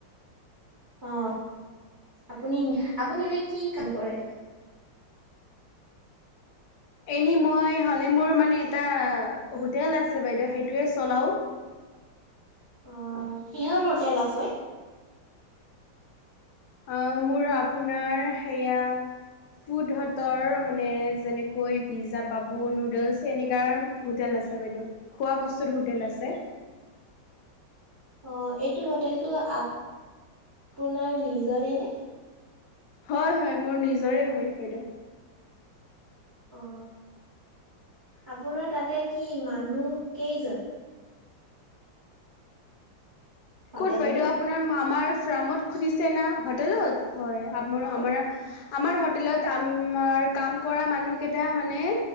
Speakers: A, on the right (about 30°); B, on the left (about 70°).
A: অ আপুনি আপুনি এনে কি কাম কৰে?
B: এনে মই হলে মোৰ মানে এটা হোটেল আছে বাইদেউ সেইটোৱে চলাও
A: আহ কিহৰ হোটেল আছে?
B: আহ মোৰ আপোনাৰ সেয়া ফুড হতৰ মানে যেনেকৈ পিজ্জা পাব নুডলছ এনেকা হোটেল আছে বাইদেউ খোৱা বস্তুৰ হোটেল আছে
A: অ এইটো হোটেলটো আপোনাৰ নিজৰে নে?
B: হয় হয় মোৰ নিজৰে হয় বাইদেউ।
A: অ আপোনাৰ তাতে কি মানুহ কেইজন? হোটেলটোত?
B: ক'ত বাইদেউ আপোনাৰ আমাৰ ফাৰ্মত সুধিছে না হোটেলত হয় আ
A: অ',
B: আমাৰ আমাৰ হোটেলত আমাৰ কাম কৰা মানুহকেইটা মানে